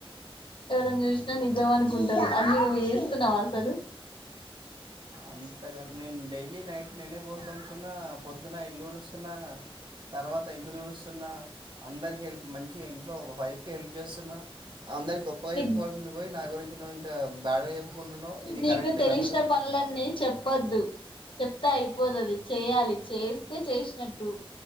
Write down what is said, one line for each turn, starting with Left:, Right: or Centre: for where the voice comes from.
Left: ఎవరని జూషినా నిజం అనుకుంటారు అన్ని నువ్వు చేస్తున్నావ అసలు
Right: అంతగాని నేను డైలీ నైట్ నేనే బోలు తోమ్ముతున్నా పొద్దున ఇల్లూడుస్తున్నా తర్వాత ఇల్లు తుడుస్తున్న అందరికి హెల్ప్ మంచిగా ఇంట్లో వైఫ్కి హెల్ప్ చేస్తున్న అందరి గొప్పగా
Left: నీకు
Right: చెప్పుకోవాల్సింది పొయి నా గురించి నువ్వు ఇంకా బ్యాడగా చెప్పుకుంటున్నావు ఇది
Left: నీకు
Right: కరెక్టే
Left: తెలిసిన
Right: నా అసలు
Left: పనులన్నీ చెప్పొద్దు చెప్తే అయిపోదది చెయ్యాలి చేస్తే చేషినట్టు